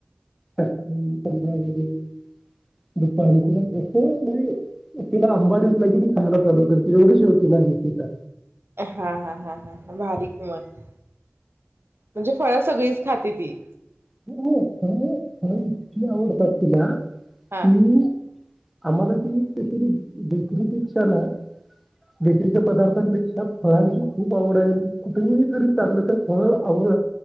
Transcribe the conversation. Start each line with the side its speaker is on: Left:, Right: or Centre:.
Centre: सकाळी, संध्याकाळी, दुपारी तीला कस म्हणजे तिला आंबा दिसला की ती खायला चालू करते एवढी <unintelligible> फूल आहेत तिचा.
Right: हा, हा, हा, हा, हा भारी की मग. म्हणजे फळं सगळीच खाते ती.
Centre: <inaudible> फळ इतकी आवडतात तिला तीने
Right: हा
Centre: ना आम्हाला ती स्पेशली बेकरीपेक्षा ना बेकरीच्या पदार्थांपेक्षा फळांची खूप आवड आहे. कुठे ही जरी चाललं तर फळ आवड